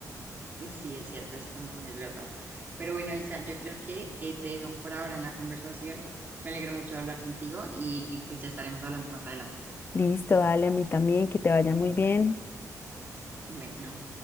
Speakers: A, on the right (about 30°); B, on the left (about 35°).
A: sí, es cierto, eso también es verdad. Pero bueno, Isa, yo creo que eh, te dejo por ahora en la conversación. Me alegro mucho hablar contigo y pues ya estaremos hablando más adelante.
B: Listo, dale a mí también, que te vaya muy bien.
A: Bueno.